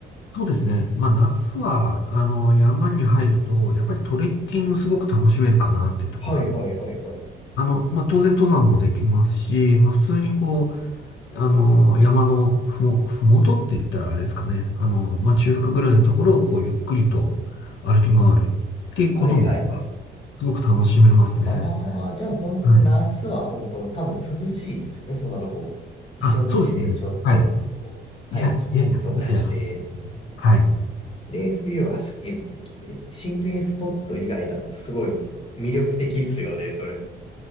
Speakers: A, on the left; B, on the left.
A: そうですね。まあ、夏は、あの、山に入ると、やっぱりトレッキングすごく楽しめるかなっていうところあっ
B: はいはいはいはい。
A: あの、まあ、当然登山もできますし、まあ、普通にこう、あの、山のふも、ふもとって言ったらあれですかね。あの、まあ、中腹ぐらいのところをこう、ゆっくりと歩き回るっていうことも、
B: はいはいはい。
A: すごく楽しめますね。
B: ああ、じゃあ本当夏は本当多分涼しいですよね、
A: はい。
B: そんなとこ。避暑地でちょっとこう、
A: あ、そうですね。はい。
B: ハイキングとかして、
A: いや、いやいや、いやいや、はい。
B: で、冬はスキーもできて、心霊スポット以外だとすごい魅力的っすよね、それ。